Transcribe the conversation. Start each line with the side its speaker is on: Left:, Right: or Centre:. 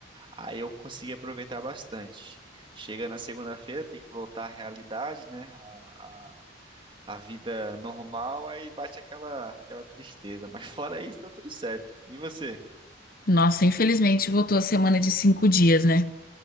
Right: Aí eu consegui aproveitar bastante. Chega na segunda-feira, tem que voltar à realidade, né, a, a, a vida normal, aí bate aquela, aquela tristeza, mas fora isso tá tudo certo. E você?
Left: Nossa, infelizmente voltou a semana de cinco dias, né?